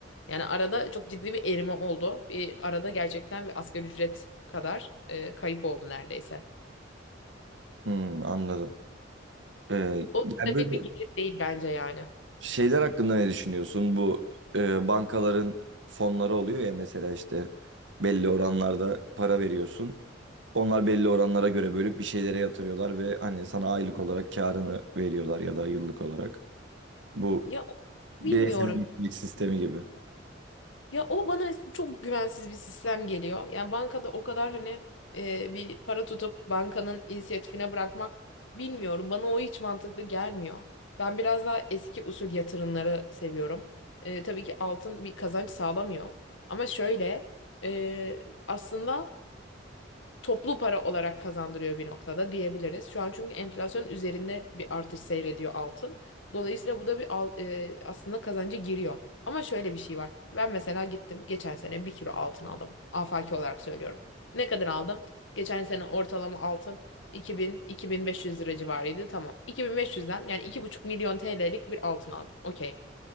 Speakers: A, on the left (about 85°); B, on the right (about 70°).
A: Yani arada çok ciddi bir erime oldu. Bir arada gerçekten bir asgari ücret kadar e, kayıp oldu neredeyse.
B: Hmm, anladım. Ee,
A: O
B: yani
A: stabil
B: böyle
A: bir gelir değil bence yani.
B: Şeyler hakkında ne düşünüyorsun? Bu e, bankaların fonları oluyor ya mesela işte belli oranlarda para veriyorsun. Onlar belli oranlara göre bölüp bir şeylere yatırıyorlar ve hani sana aylık olarak karını veriyorlar ya da yıllık olarak. Bu
A: Ya
B: bireysel
A: bilmiyorum
B: emeklilik sistemi gibi.
A: Ya o bana mes- çok güvensiz bir sistem geliyor. Yani bankada o kadar hani e, bir para tutup bankanın inisiyatifine bırakmak bilmiyorum. Bana o hiç mantıklı gelmiyor. Ben biraz daha eski usul yatırımları seviyorum. E, tabii ki altın bir kazanç sağlamıyor. Ama şöyle e, aslında toplu para olarak kazandırıyor bir noktada diyebiliriz. Şu an çünkü enflasyon üzerinde bir artış seyrediyor altın. Dolayısıyla bu da bir al- e, aslında kazancı giriyor. Ama şöyle bir şey var. Ben mesela gittim geçen sene bir kilo altın aldım. Afaki olarak söylüyorum. Ne kadar aldım? Geçen sene ortalama altın 2000-2500 lira civarıydı. Tamam. 2500'den yani iki buçuk milyon TL'lik bir altın aldım. Okey.